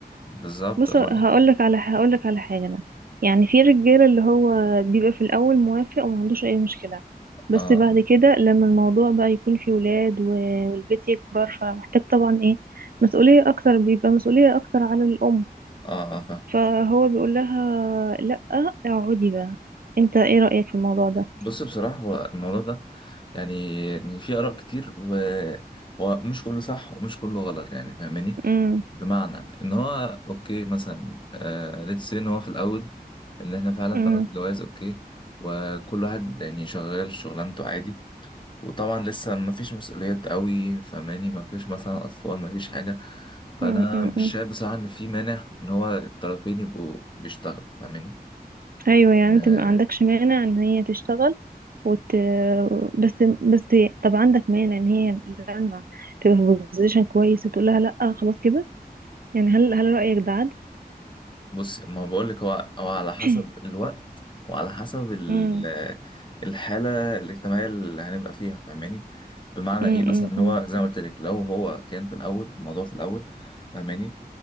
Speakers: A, on the left; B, on the right.
A: بالظبط
B: بص
A: اه
B: هقولك على هقولك على حاجة أنا يعني في رجالة اللي هو بيبقى في الأول موافق وما عندوش أي مشكلة بس
A: اه
B: بعد كده لما الموضوع بقى يكون فيه ولاد و- والبيت يكبر فمحتاج طبعا إيه مسؤولية أكتر بيبقى مسؤولية أكتر على الأم
A: اه اه فاهم
B: فهو بيقول لها لأ اقعدي بقى أنت إيه رأيك في الموضوع ده؟
A: بص بصراحة هو الموضوع ده يعني يعني في آراء كتير وهو مش كله صح ومش كله غلط يعني فاهماني
B: امم
A: بمعنى إن هو أوكي مثلا آه ليتس إن هو في الأول إن إحنا فعلا
B: امم
A: طلعنا جواز أوكي وكل واحد يعني شغال شغلانته عادي وطبعا لسه مفيش مسؤوليات قوي فاهماني مفيش مثلا أطفال مفيش حاجة فأنا
B: امم، امم،
A: مش
B: امم.
A: شايف بصراحة إن في مانع إن هو الطرفين يبقوا بيشتغلوا فاهماني
B: ايوه يعني
A: آه،
B: انت ما عندكش مانع ان هي تشتغل وت... بس بس طب عندك مانع ان هي لما تبقى في بوزيشن كويس تقول لها لا خلاص كده يعني هل هل رأيك ده عدل
A: بص ما بقول لك هو هو على حسب
B: <coughs>
A: الوقت وعلى حسب ال-
B: <clears throat> امم
A: آه، الحالة الاجتماعية اللي هنبقى فيها فاهماني بمعنى
B: امم
A: ايه مثلا
B: امم
A: إن هو زي ما قلت لك لو هو كان في الاول الموضوع في الاول فاهماني